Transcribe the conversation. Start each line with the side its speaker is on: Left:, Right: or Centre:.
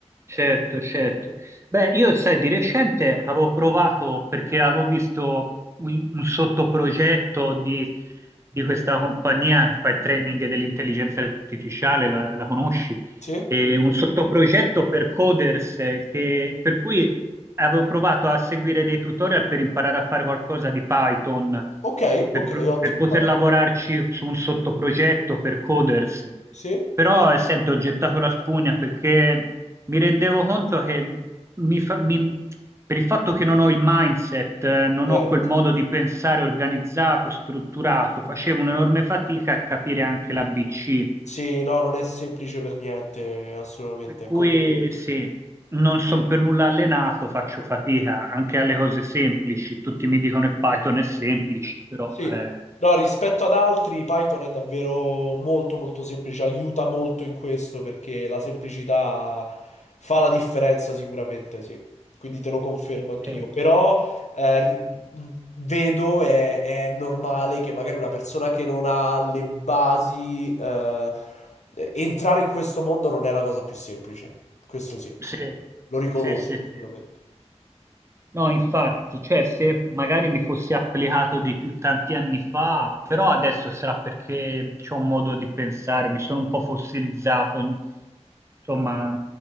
Right: Certo, certo. Beh, io sai, di recente avevo provato perché avevo visto un, un sottoprogetto di, di questa compagnia che fa il training dell'intelligenza artificiale, la, la conosci?
Left: Sì?
Right: E un sottoprogetto per coders eh, che- per cui avevo provato a seguire dei tutorial per imparare a fare qualcosa di Python,
Left: Ok,
Right: per,
Left: ok,
Right: pro-
Left: ottimo
Right: per poter
Left: Python.
Right: lavorarci su un sottoprogetto per coders.
Left: Sì?
Right: Però, eh, sento, ho gettato la spugna perché mi rendevo conto che mi fa- mi- per il fatto che non ho il mindset, eh, non
Left: Certo.
Right: ho quel modo di pensare organizzato, strutturato, facevo un'enorme fatica a capire anche l'ABC.
Left: Sì, no, non è semplice per niente, assolutamente.
Right: Per cui
Left: È come...
Right: sì, non sono per nulla allenato, faccio fatica anche alle cose semplici. Tutti mi dicono che Python è semplice, però
Left: Sì.
Right: eh,
Left: No, rispetto ad altri, Python è davvero molto molto semplice, aiuta molto in questo perché la semplicità fa la differenza sicuramente, sì. Quindi te lo confermo anch'io.
Right: eh,
Left: Però eh, ri- mh, vedo e è, normale che magari una persona che non ha le basi, eh, entrare in questo mondo non è la cosa più semplice. Questo sì,
Right: sì,
Left: lo riconosco
Right: sì, sì,
Left: sicuramente.
Right: sì. No, infatti, cioè se magari mi fossi applicato di più tanti anni fa, però adesso sarà perché c'ho un modo di pensare, mi sono un po' fossilizzato, insomma,